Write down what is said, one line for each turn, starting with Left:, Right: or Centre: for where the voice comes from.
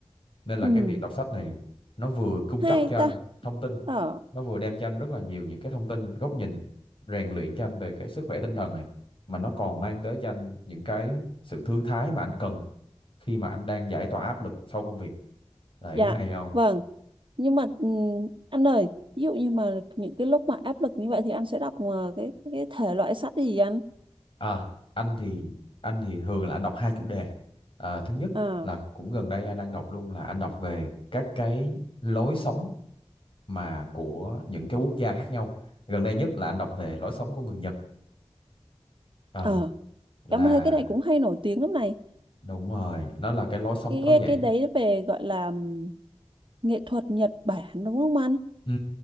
Left: nên là
Right: ừ
Left: cái việc đọc sách này nó vừa cung
Right: hay
Left: cấp cho
Right: ta
Left: anh thông tin
Right: ờ
Left: nó vừa đem cho anh rất là nhiều những cái thông tin góc nhìn rèn luyện cho anh về cái sức khỏe tinh thần này mà nó còn mang tới cho anh những cái sự thư thái mà anh cần khi mà anh đang giải tỏa áp lực sau công việc đấy
Right: dạ
Left: hay không
Right: vâng nhưng mà ừ, anh ơi ví dụ như mà những cái lúc mà áp lực như vậy thì anh sẽ đọc ờ, cái cái thể loại sách gì anh
Left: à anh thì anh thì thường là anh đọc hai chủ đề à, thứ nhất
Right: ờ
Left: là cũng gần đây anh đang đọc luôn là anh đọc về các cái lối sống mà của những cái quốc gia khác nhau gần đây nhất là anh đọc về lối sống của người Nhật Ờ,
Right: ờ
Left: là
Right: em thấy cái này cũng hay nổi tiếng lắm này
Left: đúng rồi nó là cái lối sống
Right: cái
Left: tối
Right: cái,
Left: giản
Right: cái đấy về gọi là ừm, nghệ thuật Nhật Bản đúng không anh
Left: ừ